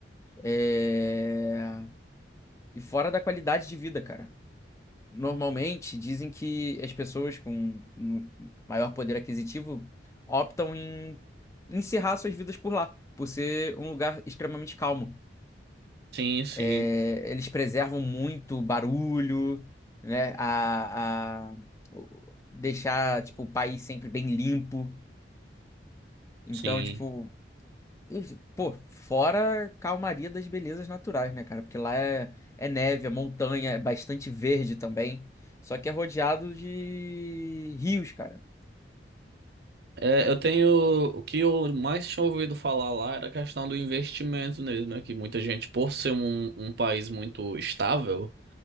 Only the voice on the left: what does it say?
É, e fora da qualidade de vida, cara. Normalmente dizem que as pessoas com um maior poder aquisitivo optam em encerrar suas vidas por lá, por ser um lugar extremamente calmo.
É, eles preservam muito o barulho, né? A, a- o- deixar, tipo, o país sempre bem limpo. Então,
tipo, isso- pô, fora a calmaria das belezas naturais, né, cara? Porque lá é, é neve, é montanha, é bastante verde também. Só que é rodeado de rios, cara.